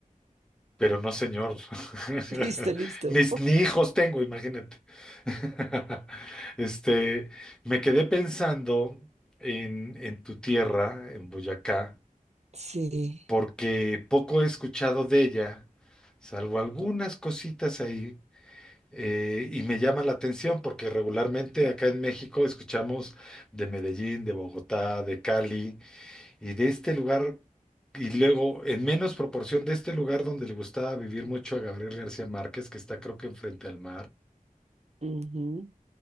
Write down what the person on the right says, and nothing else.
listo, listo.
<laughs>
Sí.
ujú.